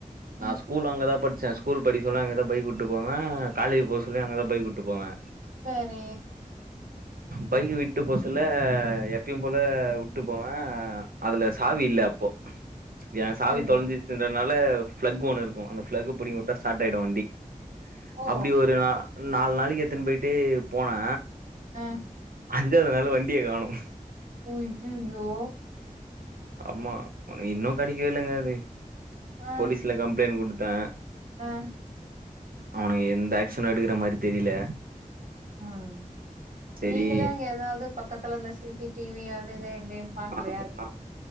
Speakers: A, on the right (about 85°); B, on the right (about 60°).
A: நா
B: ம்
A: ஸ்கூல் அங்கதா பட்ச்சே ஸ்கூல் படி சொன்ன அங்கதா பைக்குட் போவே காலேஜ் போ சொல்லி அங்கதா பைக்குட்டு போவே
B: சரி
A: பைக் விட்டு போ சொல்ல எப்யு போல உட்டு போவே அதுல சாவி
B: ம்
A: இல்ல அப்போ ஏ சாவி
B: சரி
A: தொலஞ்சு ன்றதுனால ஃப்ளெக் ஒன்னு இருக்கு அந்த ஃப்ளக் புடிங்கி உட்டா ஸ்டாட் ஆய்டு வண்டி
B: ஓ
A: அப்டி ஒரு நா நாலு நாளைக்கு எத்துன்னு போயிட்டு போனே
B: அ
A: அஞ்சாது நாள் வண்டிய காணு
B: ஐயய்யோ
A: ஆமா இன்னு கெடைக்கவே இல்லங்க அது
B: ஆ
A: போலீஸ்ல கம்ப்ளைண்ட் குடுத்தே
B: ஆ
A: அவனுங்க எந்த ஆக்ஷனு எடுக்குற மாரி தெரில
B: ம்
A: செரி
B: நீங்களா அங்க எதாது பக்கத்துல இந்த சி சி டிவி அது இது எங்கயு பாக்லயா
A: அதெல்லா
B: எதுமே